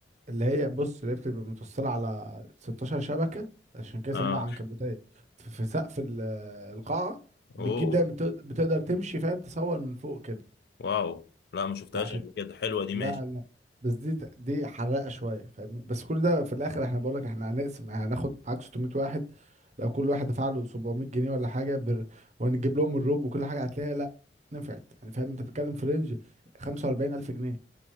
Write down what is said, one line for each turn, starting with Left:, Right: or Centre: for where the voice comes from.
Right: اللي هي بص اللي هي بتبقى متوصلة على 16 شبكة عشان كده سموها
Left: اه
Right: عنكبوتية في في سقف ال- القاعة بتجيب
Left: اوه
Right: دايما بت- بتقدر تمشي فاهم تصور من فوق كده
Left: واو لا ما شفتهاش
Right: وعشان
Left: قبل كده حلوة دي
Right: لا
Left: ماشي
Right: لا بس دي ت- دي حراقة شوية فاهمني بس كل ده في الآخر احنا بقولك احنا هنقسم يعني هناخد معاك 600 واحد لو كل واحد دفع له 700 جنيه ولا حاجة بر... وهنجيب لهم الروب وكل حاجة هتلاقيها لا نفعت يعني فاهم انت بتتكلم في رينج 45000 جنيه